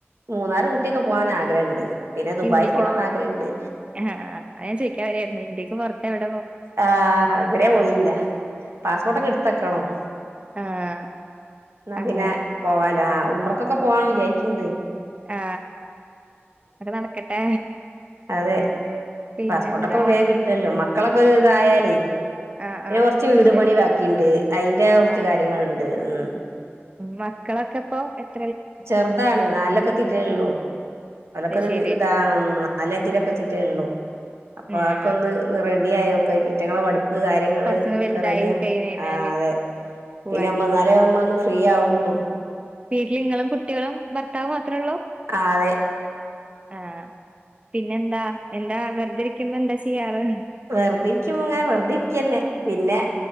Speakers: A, on the right; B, on the right.
A: മൂന്നാറ് ഊട്ടിയൊക്കെ പോവാൻ ആഗ്രഹമുണ്ട് പിന്നെ ദുബായി
B: ഇന്ത്യക്ക്
A: പോണംന്ന് ആഗ്രഹമുണ്ട്
B: ആഹ് ആഹ് അത് ഞാൻ ചോദിക്കാൻ <unintelligible>
A: ആ
B: ആഗ്രഹള്ളത്
A: ഇതുരെ പോയില്ല പാസ്പോർട്ടൊക്കെ എടുത്തക്കണംഎന്നാ
B: ആഹ് അങ്ങനെ
A: പിന്നെ പോവാലോ ആ ഉമ്മറക്കൊക്കെ പോകാനാണ് വിചാരിക്കുന്നത്
B: ആ അവിടെ നടക്കട്ടെ
A: അതെ
B: പിന്നെന്താ
A: പാസ്പോർട്ട്ക്ക വേഗം കിട്ടല്ലോ മ മക്കളൊക്കെ ഇതായാലേ ന്നെ
B: ആഹ് ആഹ്
A: കൊറച്ച് വീട്
B: ശരി
A: പണി ബാക്കിണ്ട് അതിന്റെ കുറച്ച്
B: ആഹ്
A: കാര്യങ്ങളൾണ്ട് ഉം
B: മക്കളൊക്കെ ഇപ്പോ എപ്പ്
A: ചെറുതാണ് നാലിലൊക്കെ എതീറ്റേള്ളൂ അലൊക്കെ
B: അയ്ശരി
A: ഒരു ഇതാണ് നാലഞ്ചിലൊക്കെ എത്തിറ്റേള്ളു അപ്പൊ
B: ഏഹ്
A: ആക്കെ ഒന്ന് നിറ <unintelligible> കാര്യങ്ങള്
B: കൊറച്ചൊന്ന്
A: ഒക്കെ
B: വലുതായി
A: റെഡിയ
B: കഴിഞ്ഞ് കഴിഞ്ഞാല്
A: ആ അതെ
B: പോവാന്
A: പിന്നെ എന്നാലെ നമ്മളൊ ഫ്രീ ആ ഉളളു
B: വീട്ടിൽ ഇങ്ങളും കുട്ടികളും ഭർത്താവും അത്രള്ളോ
A: ആഹ് അതെ
B: ആ പിന്നെന്താ എന്താ വെറുതിരിക്കുമ്പോ എന്താ ചെയ്യാറ്
A: വെറുതെ ഇരിക്കും പോ ങ്ങനെ വെറുതെരിക്കന്നെ പിന്നെ